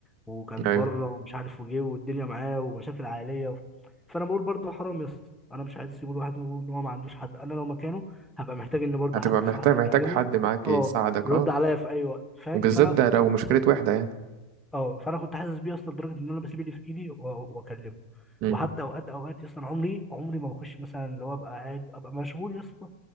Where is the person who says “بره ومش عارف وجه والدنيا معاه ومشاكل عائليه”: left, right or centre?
Centre